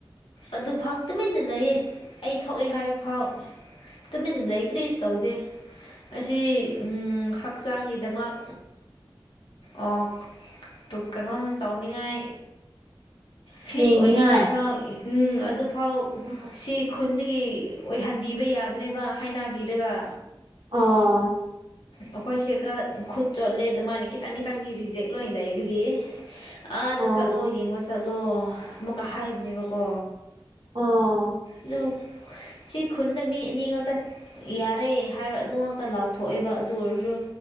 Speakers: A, on the left (about 70°); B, on the right (about 70°).
A: ꯑꯗꯨꯐꯥꯎ ꯇꯨꯃꯤꯟꯅ ꯂꯩꯌꯦ ꯑꯩ ꯊꯣꯛꯑꯦ ꯍꯥꯏꯕ ꯐꯥꯎ ꯇꯨꯃꯤꯟꯅ ꯂꯩ ꯀ꯭ꯔꯤꯁꯨ ꯇꯧꯗꯦ ꯑꯁꯤ ꯎꯝ ꯍꯛꯆꯥꯡꯒꯤꯗꯃꯛ ꯑꯣ ꯇꯨ ꯀꯅꯣꯝ ꯇꯧꯅꯤꯉꯥꯏ ꯐꯤꯠ
B: ꯌꯦꯡꯅꯤꯡꯉꯥꯏ
A: ꯑꯣꯏꯅꯤꯡꯉꯥꯏ ꯐꯥꯎ ꯎꯝ ꯑꯗꯨꯐꯥꯎ
B: ꯑꯣ
A: ꯁꯤ ꯈꯨꯟꯗꯒꯤ ꯑꯣꯏꯍꯟꯕꯤꯕ ꯌꯥꯕꯅꯦꯕ ꯍꯥꯏꯅꯥꯕꯤꯔꯒ
B: ꯑꯣ
A: ꯑꯩꯈꯣꯏꯁꯦ ꯈꯔ ꯈꯨꯠ ꯆꯣꯠꯂꯦ ꯑꯗꯨꯃꯥꯏꯅ ꯈꯤꯇꯪ ꯈꯤꯇꯪꯗꯤ ꯔꯤꯖꯦꯛ ꯂꯣꯏ ꯂꯩꯕꯒꯤ ꯑꯥꯗ
B: ꯑꯣ
A: ꯆꯠꯂꯣ ꯌꯦꯡꯕ ꯆꯠꯂꯣ ꯑꯃꯨꯛꯀ ꯍꯥꯏꯕꯅꯦꯕ ꯀꯣ
B: ꯑꯣ
A: ꯑꯗꯨ ꯁꯤ ꯈꯨꯟꯗ ꯃꯤ ꯑꯅꯤ ꯉꯛꯇ ꯌꯥꯔꯦ ꯍꯥꯏꯕ ꯑꯗꯨ ꯉꯛꯇ ꯂꯥꯎꯊꯣꯛꯑꯦꯕ ꯑꯗꯨ ꯑꯣꯏꯔꯁꯨ